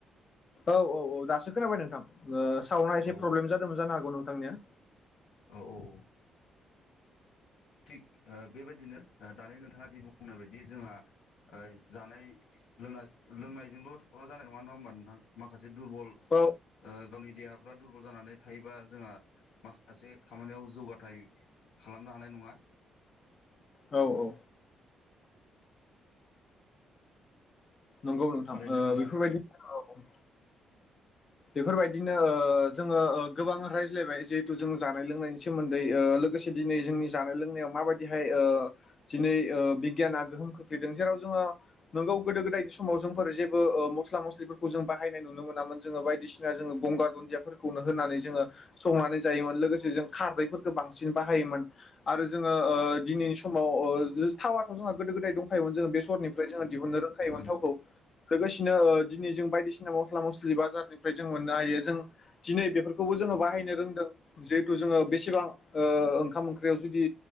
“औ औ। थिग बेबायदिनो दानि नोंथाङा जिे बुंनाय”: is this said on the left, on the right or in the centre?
Left